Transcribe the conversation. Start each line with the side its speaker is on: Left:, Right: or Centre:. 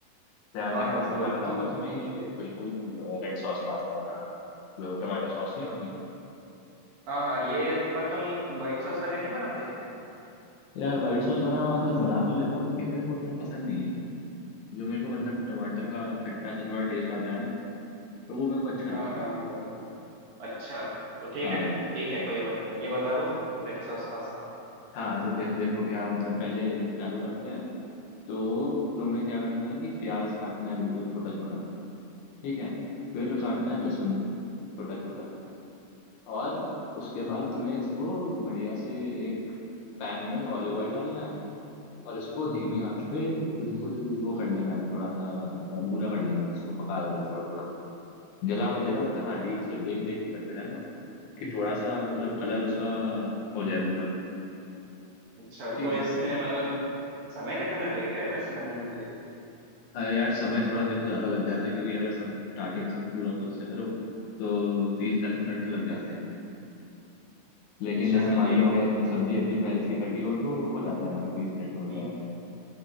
Left: तो यार
Right: हाँ
Left: देखो
Right: हाँ,
Left: हम
Right: जरूर
Left: मैं बताऊंगा तुम्हें ये बिल्कुल रेड सॉस पास्ता बनाना जो टोमेटो सॉस नहीं होती
Right: हाँ हाँ ये पर तुम व्हाइट सॉस वाले नहीं बनाते
Left: यार व्हाइट सॉस वाला मतलब बना तो लेता हूँ लेकिन मेरे को उतना पसंद नहीं है जो मेरे को मतलब टमाटर का खट्टा सा थोड़ा टेस्ट आता है ना तो वो मेरे को अच्छा लगता
Right: हाँ हाँ
Left: है
Right: अच्छा तो ठीक
Left: हाँ
Right: है ठीक है कोई बात नहीं ये बता दो फिर रेड सॉस पास्ता
Left: हाँ तो देखो देखो क्या मतलब पहले चालू करते हैं तो तुम्हें क्या करना है कि प्याज काटना है बिल्कुल छोटा छोटा ठीक है फिर काटना है लहसुन छोटा छोटा और उसके बाद तुम्हें इसको बढ़िया से एक पैन में ऑलिव ऑयल डालना है और इसको धीमी आंच पे बिल्कुल वो कर लेना है थोड़ा सा अ, भूरा कर लेना है इसको पका लेना है थोड़ा थोड़ा जला मत देना मतलब हाँ डीप से देख देख के करते रहना कि थोड़ा सा मतलब कलर उसका हो जाए भूरा
Right: अच्छा
Left: ठीक
Right: तो
Left: है
Right: इसमें मतलब समय कितना लगेगा यार वैसे बनाने के लिए
Left: अ, यार समय थोड़ा देखो ज्यादा लग जाता है क्योंकि अगर सब स्टार्टिंग से पूरा खुद से करो तो तीस चालीस मिनट तो लग जाते हैं लेकिन
Right: अच्छा
Left: जैसे मान
Right: ठीक
Left: लो अगर
Right: है
Left: सब्जी अब्जी पहले से ही कटी हो तो हो जाता है मतलब बीस मिनट में बन
Right: हम्म
Left: जाएगा